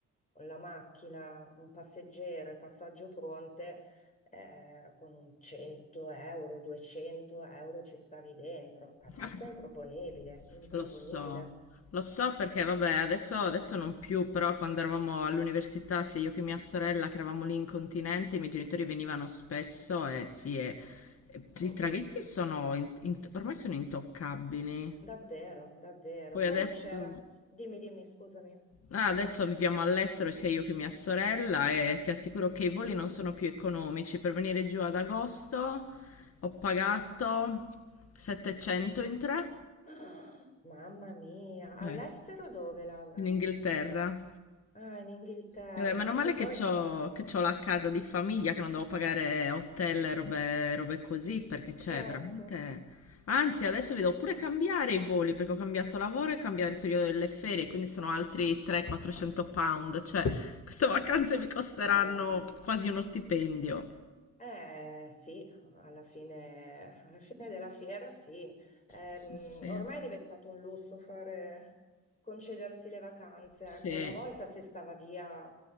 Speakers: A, on the left (about 25°); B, on the left (about 50°).
A: la macchina, un passeggero e passaggio ponte, eh, con un 100 euro, 200 euro ci stavi dentro. Adesso
B: <laughs>
A: è improponibile, improponibile.
B: Lo so, lo so perché vabbè, adesso, adesso non più, però quando eravamo all'università, sia io che mia sorella, che eravamo lì in continente, i miei genitori venivano spesso e sì, e- e i
A: Mm-mm.
B: traghetti sono in- in- ormai sono intoccabili.
A: Davvero, davvero.
B: Poi
A: Poi
B: adesso,
A: c'era, dimmi, dimmi, scusami. <gasps>
B: ah, adesso viviamo all'estero, sia io che mia sorella, e ti assicuro che i voli non sono più economici. Per venire giù ad agosto ho pagato 700 in tre,
A: Ah, Mamma mia, all'estero
B: eh,
A: dove, Laura?
B: in Inghilterra.
A: Ah, in Inghilterra,
B: Eh beh, meno
A: sì,
B: male
A: che poi,
B: che c'ho, che c'ho la casa di famiglia, che non devo pagare hotel e robe, robe così, perché c'è
A: certo.
B: veramente... Anzi, adesso li devo pure cambiare i voli, perché ho cambiato lavoro e cambia il periodo delle ferie, quindi sono altri 300-400 pound, cioè queste vacanze mi costeranno
A: Mamma.
B: quasi uno stipendio.
A: Eh sì, alla fine, alla fine della fiera sì. Ehm,
B: Sì, sì,
A: ormai è diventato un lusso fare, concedersi le vacanze.
B: sì,
A: Ecco, una volta si stava via,